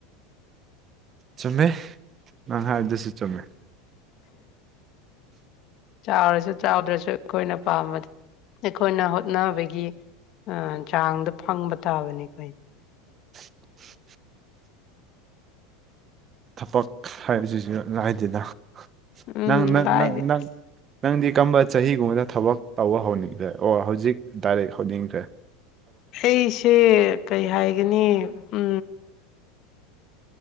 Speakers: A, on the right; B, on the left.
A: ꯆꯨꯝꯃꯦ ꯅꯪ ꯍꯥꯏꯗꯨꯁꯨ ꯆꯨꯝꯃꯦ
B: ꯆꯥꯎꯔꯁꯨ ꯆꯥꯎꯗ꯭ꯔꯁꯨ ꯑꯩꯈꯣꯏꯅ ꯄꯥꯝꯕꯗꯤ ꯑꯩꯈꯣꯏꯅ ꯍꯣꯠꯅꯕꯒꯤ ꯆꯥꯡꯗ ꯐꯪꯕ ꯇꯥꯕꯅꯤ ꯑꯩꯈꯣꯏ <unintelligible>
A: <inaudible> ꯊꯕꯛ ꯍꯥꯏꯕꯁꯤꯁꯨ ꯉꯗꯦꯗ
B: ꯎꯝ
A: ꯅꯪ
B: ꯂꯥꯏꯗꯤ
A: ꯅꯪ
B: ꯑꯁ
A: ꯅꯪꯗꯤ ꯀꯔꯝꯕ ꯆꯍꯤꯒꯨꯝꯕꯗ ꯊꯕꯛ ꯇꯧꯕ ꯍꯧꯅꯤꯡꯗ꯭ꯔꯦ ꯑꯣ ꯍꯧꯖꯤꯛ ꯗꯥꯏꯔꯦꯛ ꯍꯧꯅꯤꯡꯗ꯭ꯔꯦ
B: ꯑꯩꯁꯦ ꯀꯩ ꯍꯥꯏꯒꯅꯤ ꯎ